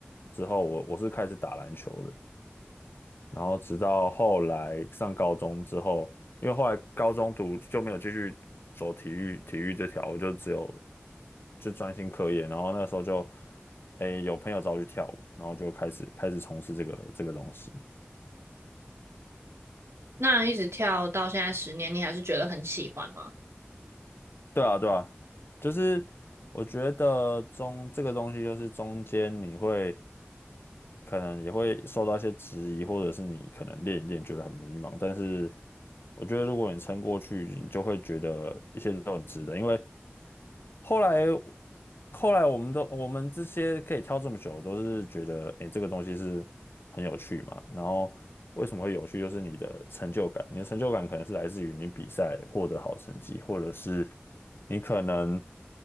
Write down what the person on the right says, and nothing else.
那一直跳到现在十年，你还是觉得很喜欢吗？